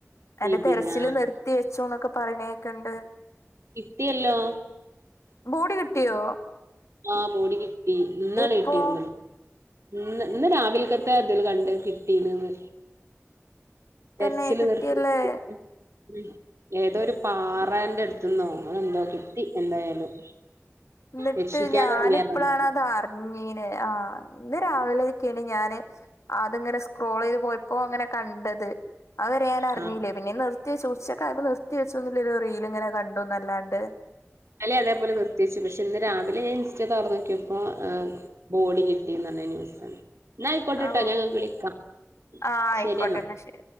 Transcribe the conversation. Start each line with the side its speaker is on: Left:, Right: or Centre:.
Left: അയിന്റെ
Right: ജിബിൻ
Left: തെരച്ചില്
Right: ആഹ്
Left: നിർത്തി വെച്ചൂന്നൊക്കെ പറിണേക്ക്ണ്ട്
Right: കിട്ടിയല്ലോ
Left: ബോഡി കിട്ടിയോ?
Right: ആഹ് ബോഡി കിട്ടി ഇന്നാണ്
Left: ഇപ്പോ
Right: കിട്ടിയൊന്ന്ണ് ഇന്ന് ഇന്ന് രാവിൽക്കത്തെ ഇതില് കണ്ട് കിട്ടീണ്ന്ന് തെര്ച്ചില്
Left: തന്നെ കിട്ടിയല്ലേ
Right: നിർത്തി <unintelligible> ഉം ഏതോ ഒരു പാറന്റെട്ത്ത്ന്നോ അങ്ങനെ എന്തോ കിട്ടി എന്തായാലും
Left: എന്നിട്ട്
Right: രക്ഷിക്കാൻ
Left: ഞാന്പ്പളാണത്
Right: ഇറങ്ങിയതാണ്
Left: അർ ഞ്ഞീനെ ആഹ് ഇന്ന് രാവിലെക്കേണ് ഞാന് അത്ങ്ങനെ സ്ക്രോളൈത് പോയപ്പോ അങ്ങനെ കണ്ടത് അഹ് വരേ ഞാനർഞ്ഞീല്ല
Right: ആ
Left: പിന്നെ നിർത്തി വെച്ചു ഉച്ചക്കിയപ്പൊ നിർത്തി വെച്ചൊന്നുള്ളൊരു റീൽ ഇങ്ങനെ കണ്ടുന്നല്ലാണ്ട്
Right: ഇന്നലിം അതേപോലെ നിർത്തിയച്ചു പഷെ ഇന്ന് രാവിലെ ഞൻ ഇൻസ്റ്റേതൊർന്നോക്കിയപ്പൊ ബോഡി കിട്ടിന്നർഞ്ഞ ന്യൂസാണ് ഇന്നാ ഐക്കോട്ടട്ടോ
Left: ആഹ്
Right: ഞാം ഇങ്ങക്ക് വിളിക്കാ
Left: ആയിക്കോട്ടെ
Right: ശരിയെന്നാ
Left: എന്നാ ശരി